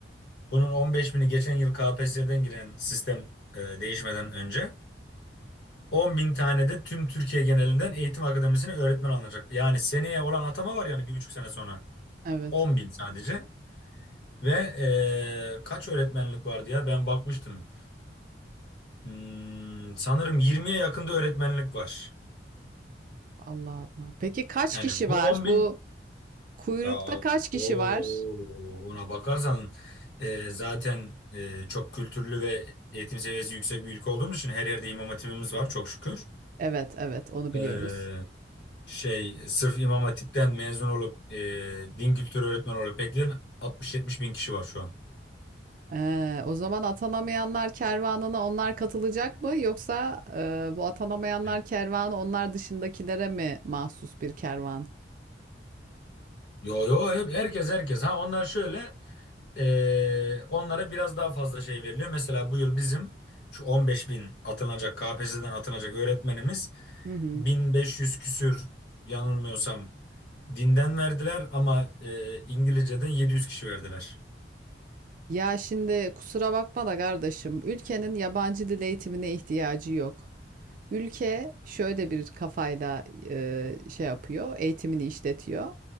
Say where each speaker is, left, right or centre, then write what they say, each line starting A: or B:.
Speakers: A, on the left; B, on the right.
A: Bunun 15 bini geçen yıl KPSS'den giren sistem eee, değişmeden önce. 10 bin tane de tüm Türkiye genelinden eğitim akademisine öğretmen alınacak. Yani seneye olan atama var yani bir buçuk sene sonra.
B: evet
A: 10 bin sadece. Ve eee, kaç öğretmenlik vardı ya ben bakmıştım. Hmm, sanırım 20'ye yakında öğretmenlik var.
B: Allah Allah. Peki kaç
A: Yani
B: kişi
A: bu
B: var?
A: 10.000.
B: Bu kuyrukta
A: Ya
B: kaç kişi
A: o
B: var?
A: ona bakarsan e, zaten e, çok kültürlü ve eğitim seviyesi yüksek bir ülke olduğumuz için her yerde imam hatibimiz var çok şükür.
B: Evet evet onu
A: E,
B: biliyoruz.
A: şey sırf imam hatipten mezun olup e, din kültürü öğretmeni olarak bekleyen 60-70 bin kişi var şu an.
B: Ee, o zaman atanamayanlar kervanına onlar katılacak mı yoksa e, bu atanamayanlar
A: E,
B: kervanı onlar dışındakilere mi mahsus bir kervan?
A: Yo yo hep herkes herkes. Ha onlar şöyle. Ee, onlara biraz daha fazla şey veriliyor. Mesela bu yıl bizim şu 15 bin atılacak KPSS'den atılacak öğretmenimiz
B: Hı hı.
A: 1500 küsür yanılmıyorsam dinden verdiler ama e, İngilizceden 700 kişi verdiler.
B: Ya şimdi kusura bakma da kardeşim, ülkenin yabancı dil eğitimine ihtiyacı yok. Ülke şöyle bir kafayla e, şey yapıyor, eğitimini işletiyor.